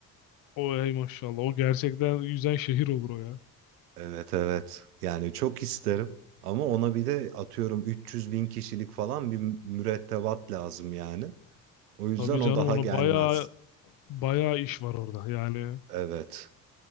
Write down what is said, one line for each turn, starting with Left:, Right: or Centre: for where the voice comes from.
Left: O ey maşallah. O gerçekten yüzen şehir olur o ya.
Right: Evet evet. Yani çok isterim. Ama ona bir de atıyorum 300 bin kişilik falan bir mürettebat lazım yani. O yüzden
Left: Tabii
Right: o
Left: canım
Right: daha
Left: onu
Right: gelmez.
Left: bayağı bayağı iş var orada. Yani
Right: Evet.